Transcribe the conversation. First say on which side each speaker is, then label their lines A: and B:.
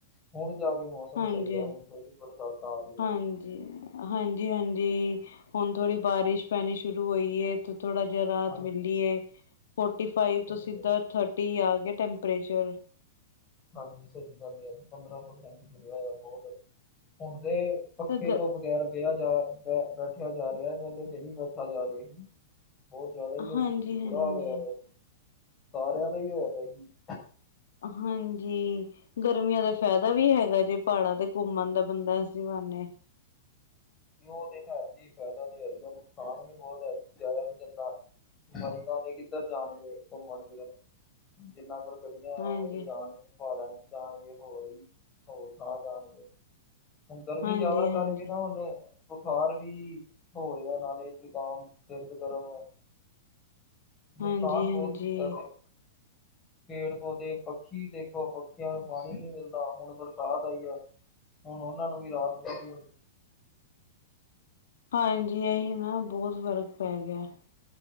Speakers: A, on the left (about 15°); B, on the left (about 80°).
A: ਹੁਣ ਜਾ ਕੇ ਮੌ ਮੌਸਮ
B: ਹਾਂਜੀ
A: ਸਹੀ ਹੈ ਹੁਣ ਫਰ ਵੀ ਬਰਸਾਤਾਂ ਆ ਰਹੀ ਹੈ।
B: ਹਾਂਜੀ। ਹਾਂਜੀ -ਹਾਂਜੀ, ਹੁਣ ਥੋੜੀ ਬਾਰਿਸ਼ ਪੈਣੀ ਸ਼ੁਰੂ ਹੋਈ ਥੋੜਾ ਜਿਹਾ ਰਾਹਤ
A: ਹਾਂਜੀ
B: ਮਿਲੀਏ ਫੋਰਟੀ ਫਾਈਵ
A: ਸਹੀ
B: ਤੋਂ ਸਿਧਾ
A: ਗੱਲ
B: ਟੀ ਆ ਟੈਂਪਰੇਚਰ
A: ਹਾਂਜੀ, ਸਹੀ ਗੱਲ ਆ ਤੇ ਪੰਦਰਾਂ ਪ੍ਰਸੈਂਟ ਮਿਲਿਆ ਆ ਬਹੁਤ ਹੁਣ ਤੇ ਪੱਖੇ
B: ਅਗ
A: ਤੋਂ ਬਗੈਰ ਬਿਹਾ ਜਾ ਬੈਠਿਆ ਜਾ ਰਿਹਾ ਐ, ਪਹਿਲੇ ਤੇ ਨਹੀਂ ਬੈਠਾ ਜਾ ਰਿਹਾ ਸੀ। ਬਹੁਤ ਜ਼ਿਆਦਾ ਹੀ ਹੋਈ
B: ਹਾਂਜੀ,
A: ਸੀ ਬੁਰਾ
B: ਹਾਂਜੀ
A: ਹਾਲ ਹੋਯਾ ਪਯਾ, ਸਾਰਿਆਂ ਦਾ ਹੀ ਹੋਇਆ ਪਯਾ ਸੀ।
B: ਆਹਾ ਹਾਂਜੀ ਗ। ਗਰਮੀਆਂ ਦਾ ਫਾਇਦਾ ਵੀ ਹੈਗਾ ਜੇ, ਪਹਾੜਾਂ ਤੇ ਘੁੰਮਣ ਦਾ ਬੰਦਾ ਐਸੀਂ ਬਹਾਨੇ।
A: ਉਹ ਤੇ ਹੈ ਹੀ ਫਾਇਦਾ ਤੇ ਹੈ ਈ ਐ, ਨੁਕਸਾਨ ਹੀ ਬਹੁਤ ਹੈ ਵੀ, ਜਾਇਆ ਨ ਜਾਂਦਾ। ਬਾਈਕਾਂ ਦੇ ਕਿੱਧਰ ਜਾਣਗੇ ਘੁੰਮਣ ਫਿਰਨ, ਜਿੰਨਾ ਕੋਲ ਗੱਡੀਆਂ ਆ
B: ਹਾਂਜੀ,
A: ਉਹ ਤੇ ਜਾਣਗੇ। ਪਹਾੜਾ ਚ ਜਾਣਗੇ, ਹੋਰ ਵੀ ਹੋਰ ਥਾਂ ਜਾਣਗੇ। ਹੁਣ ਗਰਮੀ
B: ਹਾਂਜੀ,
A: ਜਿਆਦਾ
B: ਹਾਂਜੀ,
A: ਕਰਕੇ ਨਾ, ਔ ਨੇ ਬੁਖਾਰ ਵੀ ਹੋ ਰਿਹਾ, ਨਾਲੇ ਜੁਕਾਮ ਸਿਰਦ ਗਰਮ ਹੋਯਾ।
B: <unintelligible>
A: ਨੁਕਸਾਨ ਬਹੁਦ
B: ਹਾਂਜੀ।
A: ਕੀਤਾ ਕਰ ਪੇੜ ਪੌਦੇ ਪੱਖੀ ਦੇਖੋ, ਪੱਖੀਆਂ ਨੂੰ ਪਾਣੀ ਨੀ ਮਿਲਦਾ, ਹੁਣ ਬਰਸਾਤ ਆਈ ਆ। ਹੁਣ ਉਹਨਾਂ ਨੂੰ ਵੀ ਰਾਤ ਮਿਲਦੀ ਹੋ ਹੋਣੀ।
B: ਹਾਂਜੀ, ਏਹੀ ਨਾ ਬਹੁਤ ਫ਼ਰਕ ਪੈ ਗਿਆ।